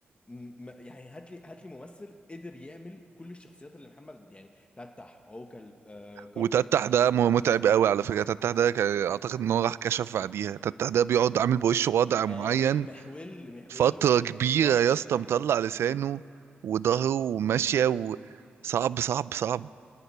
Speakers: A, on the left; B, on the right.
A: م- م- يعني هات لي هات لي ممثل قدر يعمل كل الشخصيات اللي محمد يعني تتح عوكل آه كركر
B: وتتح ده م-
A: اه
B: متعب قوي على فكره تتح ده كان- اعتقد ان هو راح كشف بعديها تتح ده بيقعد عامل بوشه وضع معين
A: آه، م- محول محول
B: فتره
A: وقاعد
B: كبيره
A: وظهره
B: يا اسطى
A: ظهره
B: مطلع لسانه وظهره وماشيه وصعب صعب صعب صعب.